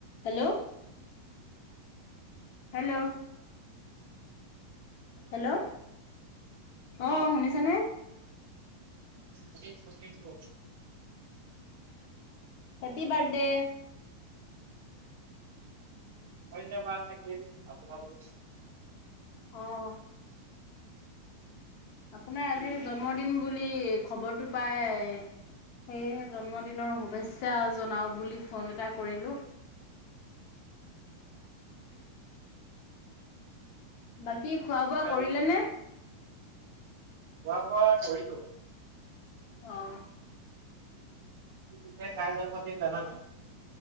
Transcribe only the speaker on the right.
অ
শুনিছোঁ, শুনিছোঁ।
ধন্যবাদ থাকিল আপোনালৈ।
আজি
খোৱা বোৱা কৰিলোঁ।
কেতিয়া কাৰ জন্মদিন নাজানো।